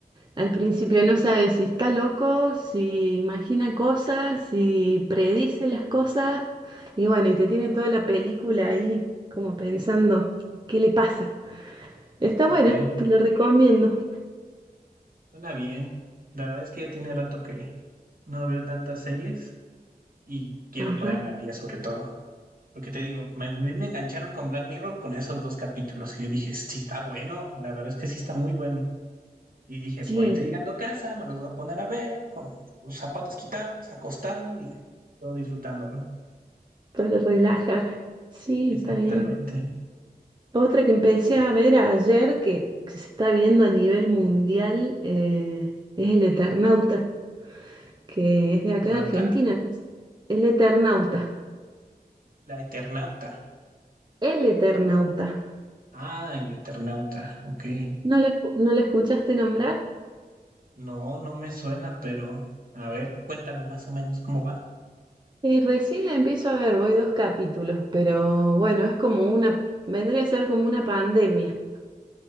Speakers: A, on the right; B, on the right.
A: al principio no sabe si está loco, si imagina cosas, si predice las cosas. Y bueno, y te tiene toda la película ahí como pensando, ¿qué le pasa? Está
B: ah,
A: buena,
B: caray,
A: te lo recomiendo.
B: suena bien. La verdad es que ya tiene rato que no veo tantas series y quiero
A: Ajá,
B: ponerme al día sobre todo. Porque te digo, me, a mí me engancharon con Black Mirror con esos dos capítulos y yo dije, sí, está bueno, la verdad es que sí está muy bueno. Y dije,
A: Sí.
B: ahorita llegando a casa, me los voy a poner a ver, con los zapatos quitados, acostado y todo disfrutándolo.
A: para relajar. Sí,
B: Exactamente.
A: está bien. Otra que empecé a ver ayer que, que se está viendo a nivel mundial eh, es El Eternauta, que es de acá
B: ¿Eternauta?
A: de Argentina. ¿no? El Eternauta.
B: La Eternauta.
A: El Eternauta.
B: Ah, el Eternauta, ok.
A: No la, escu- no la escuchaste nombrar.
B: No, no me suena, pero a ver, cuéntame más o menos cómo va.
A: Y recién la empiezo a ver, voy dos capítulos, pero bueno, es como una, vendría a ser como una pandemia.